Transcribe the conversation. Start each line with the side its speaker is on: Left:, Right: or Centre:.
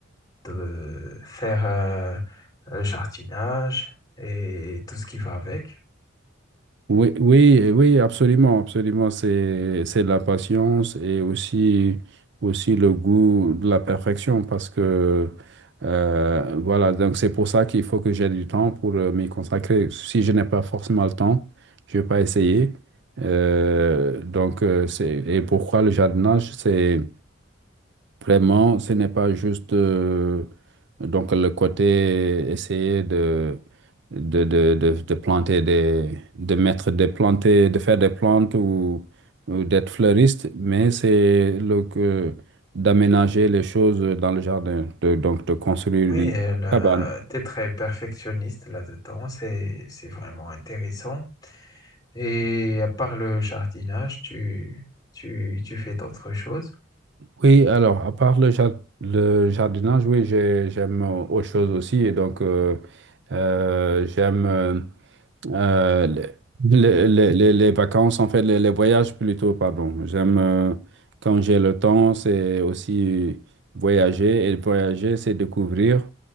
Left: de faire euh, le jardinage et tout ce qui va avec.
Right: Oui, oui, euh, oui, absolument, absolument. C'est, c'est de la patience et aussi, aussi le goût de la perfection parce que, euh, voilà, donc c'est pour ça qu'il faut que j'ai du temps pour euh, m'y consacrer. Si je n'ai pas forcément le temps, je vais pas essayer. Euh, donc, euh, c'est, et pourquoi le jardinage, c'est, Vraiment, ce n'est pas juste euh, donc le côté essayer de, de, de, de, de planter des, de mettre des planter, de faire des plantes ou, ou d'être fleuriste, mais c'est le que d'aménager les choses dans le jardin, de, donc de construire
Left: Oui,
Right: une cabane.
Left: tu es très perfectionniste là-dedans, c'est, c'est vraiment intéressant. Et à part le jardinage, tu, tu, tu fais d'autres choses.
Right: Oui, alors, à part le, jar- le jardinage, oui, j'ai- j'aime euh, autre chose aussi. Et donc, euh, euh, j'aime. euh, Euh, les, les- les- les vacances, en fait, les, les voyages plutôt, pardon. J'aime, euh, quand j'ai le temps, c'est aussi voyager. Et voyager, c'est découvrir.